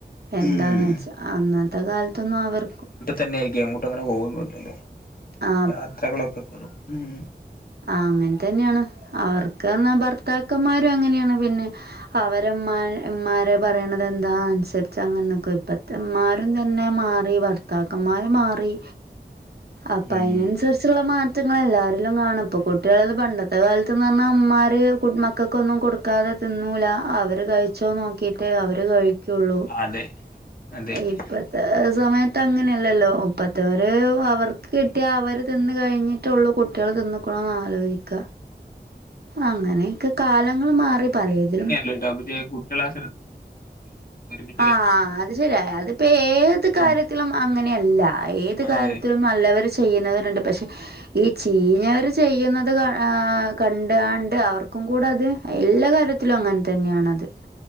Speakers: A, on the right; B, on the left.
A: എന്താന്ന്
B: ഉം
A: വെച്ചാ അന്നത്തെ കാലത്തൊന്നും അവർ.
B: തന്നെയായിരിക്കും എങ്ങോട്ടും അങ്ങനെ പോവൊന്നുല്ലല്ലോ
A: ആ
B: യാത്രകളൊക്കെ കൊറ ഉം.
A: ആഹ് അങ്ങൻതന്ന്യാണ് അവർക്ക് പർഞ്ഞാ ഭർത്താക്കന്മാരും അങ്ങനേണ് പിന്നെ. അവരെമ്മാ മ്മാരെ പറിണതെന്താ അൻസര്ച്ചങ്ങനെ നിക്കും ഇപ്പത്തെ മ്മാ രും തന്നെ മാറി ഭർത്താക്കമ്മാര് മാറി. അപ്പയ്നൻസര്ച്ച്ള്ള
B: ഉം
A: മാറ്റങ്ങള് എല്ലാരിലും കാണും. ഇപ്പൊ കുട്ട്യാള് പണ്ടത്തെ കാലത്ത്ന്ന്ർഞ്ഞാ ഇമ്മാര് കു മക്കക്കൊന്നും കൊട്ക്കാതെ തിന്നൂല അവര്. കഴിച്ചോ നോക്കീട്ടേ അവര് കഴിക്കുള്ളൂ
B: അതെ അതെ അതെ
A: ഇപ്പത്തെ സമയ ത്തങ്ങനെയല്ലല്ലോ ഇപ്പത്തവര് അവർക്ക് കിട്ടിയാ അവര് തിന്ന് കഴിഞ്ഞിട്ടുള്ളൂ കുട്ട്യള് തിന്നു. ക്കോ ആലോയ്ക്ക അങ്ങനെക്കെ കാലങ്ങള് മാറി പലേതിലും.
B: രണ്ടാമത്തെയാക്ക് കു ട്ട്യളെ. <unintelligible> <unintelligible>
A: ആഹ് അത് ശര്യ അതിപ്പ ഏത് കാര്യത്തിലും
B: ആഹ്
A: അങ്ങനെയല്ല ഏത്
B: അതെ
A: കാര്യത്തിലും. നല്ലവര് ചെയ്യ്ന്നവര്ണ്ട് പക്ഷെ. ഈ ചീഞ്ഞവര് ചെയ്യ്ന്നത് ക ആ കണ്ട് കാണ്ട് അവർക്കും കൂടെ അത്. എല്ലാ കാര്യത്തിലും അങ്ങൻതന്നെയാണത്